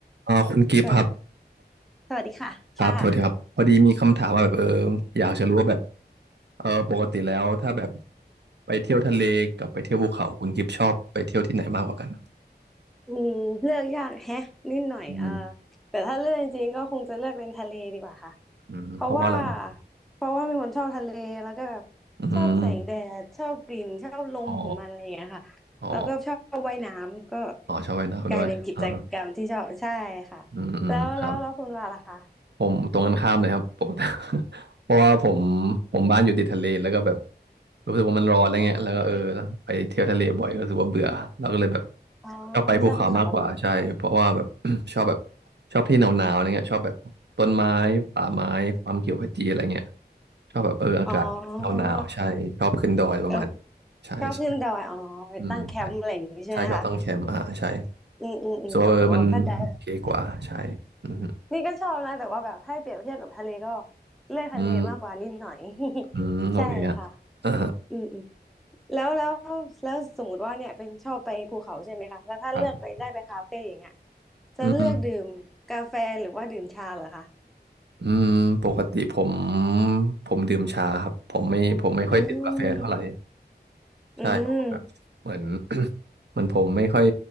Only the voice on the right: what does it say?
เอ่อคุณกิฟต์ครับ
ครับสวัสดีครับพอดีมีคำถามมาแบบเอออยากจะรู้ว่าแบบเออปกติแล้วถ้าแบบไปเที่ยวทะเลกับไปเที่ยวภูเขาคุณกิฟต์ชอบไปเที่ยวที่ไหนมากกว่ากัน
อืม
อืมเพราะว่าอะไรครับ
อืม
อ๋ออ๋ออ๋อชอบว่ายน้ำด้วยอ่า
อืมอืมครับ
ผมตรงกันข้ามเลยครับปกติ <laughs> เพราะว่าผมผมบ้านอยู่ติดทะเลแล้วก็แบบรู้สึกว่ามันร้อนอะไรเงี้ยแล้วก็เออ
ไปเที่ยวทะเลบ่อยก็รู้สึกว่าเบื่อเราก็เลยแบบ
ชอบไปภูเขามากกว่าใช่เพราะว่าแบบ
<clears throat> ชอบแบบชอบที่หนาวๆอะไรเงี้ยชอบแบบต้นไม้ป่าไม้ความเขียวขจีอะไรเงี้ยชอบแบบเอออากาศหนาวๆใช่ชอบขึ้นดอยประมาณ
ใช่ใช่
อืมใช่ใช่ชอบตั้งแคมป์อ่าใช่
ส่วนว่าเออมันโอเคกว่าใช่อืม
อืม
อืมโอเคฮะอ่า
ครับ
อืมอืมปกติผม ผมดื่มชาครับ ผมไม่ผมไม่ค่อยดื่มกาแฟเท่าไหร่
ใช่ผมแบบเหมือน <coughs> เหมือนผมไม่ค่อย